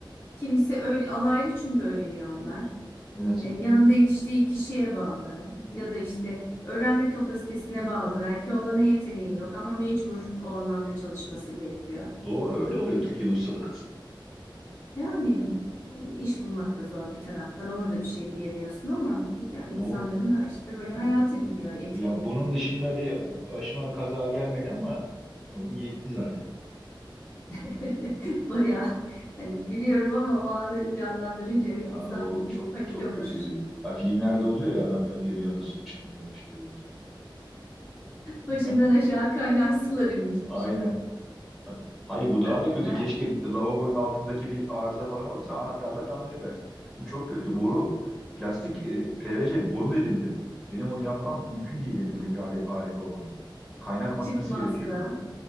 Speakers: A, on the left (about 25°); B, in the centre.
A: kimisi öyle alaylı çünkü öğreniyor onlar.
B: Evet.
A: E, yanında yetiştiği kişiye bağlı ya da işte öğrenme kapasitesine bağlı. Belki o alana yeteneği yok ama mecbur o alanda çalışması gerekiyor.
B: Doğru öyle oluyor Türkiye'de ustalık.
A: Yani e, iş bulmak da zor bir taraftan. Ona da bir şey diyemiyorsun ama ya insanların
B: O
A: ha- işte
B: Bu-
A: böyle hayatı gidiyor, etkileniyor.
B: Ya bunun dışında bir başıma kaza gelmedi ama bu yetti zaten.
A: <laughs> Bayağı hani gülüyorum ama o anı canlandırınca evet
B: Ya
A: insan
B: o
A: müthiş
B: çok
A: panik
B: çok
A: olur.
B: kötüydü. Ya filmlerde oluyor ya adam yapıyor bir anda su fışkırmaya başlıyor.
A: Başından
B: <laughs>
A: aşağı kaynar sular inmiştir.
B: Aynen. Hayır bu daha
A: Ben,
B: da kötü.
A: ben
B: Keşke lavabonun altındaki bir arıza falan olursa anahtarla tamir edersin. Bu çok kötü. Boru plastik e, PVC boru delindi. Benim onu yapmam mümkün değil elimdeki alet, alet olmadan. Kaynak makinesi
A: çıkmaz
B: gerekiyor.
A: da